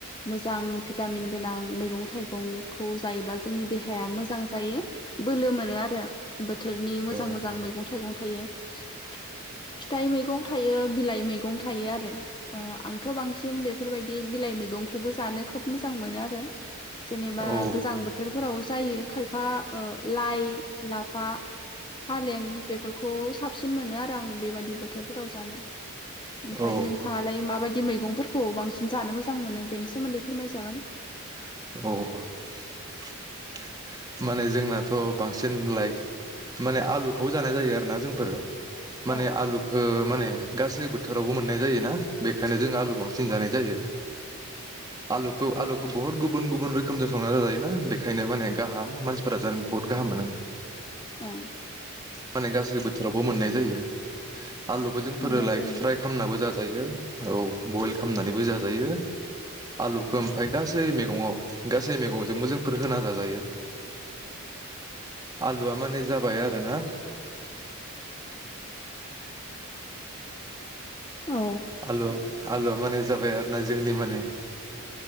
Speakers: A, on the left; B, on the right.
A: मोजां भिटामिन गोनां मैगं थाइगंखौ जायोब्ला जोंनि दे हाया मोजां जायो, बोलो मोनो आरो। बोथोरनि मोजां
B: औ
A: मोजां मैगं थाइगं थायो। <inaudible> फिथाइ मैगं थायो बिलाइ मैंगं थायो आरो ओ आंथ' बांसिन बेफोरबायदि बिलाइ मैगंखौबो जानो खोब मोजां मोनो आरो । जेनेबा
B: औ
A: गोजां बोथोर फोराव जायो खायफा ओ लाइ लाफा फालें बेफोरखौ साबसिन मोनो आरो आं बेबायदि बोथोरफोराव जानो । ओमफ्राय
B: औ
A: नोंथाङालाय माब माबायदि मैगंफोरखौ बांसिन जानो मोजां मोनो बेनि सोमोन्दै फोरमायजागोन ।
B: औ । माने जोंनाथ' बांसिन लाइक माने आलुखौबो जानाय जायो आरो ना जोंफोर माने
A: औ
B: आलुखौ माने गासै बोथोरावबो मोननाय जायो ना बेखायनो जों आलु बांसिन जानाय जायो आलुखौ आलु बहुत गुबुन गुबुन रोखोमजों संना जाजायो ना बेखायनो माने गाहाम मानसिफोरा जानो बहुत गाहाम मोनो
A: औ ।
B: माने गासै बोथोरावबो मोननाय जायो । आलुखौ जों फोरोलाय
A: मोननाय जायो
B: फ्राय खालामनाबो जा जायो औ। बयल खालामनानैबो जाजायो आलुखौ ओमफाय गासै सै मेगंवाव गास गासे मैगंजों मो जोंफोर होना जा जायो । आलुआ माने जाबाय आरो ना
A: औ
B: आलु आलुआ माने जाबाय आरो ना जोंनि माने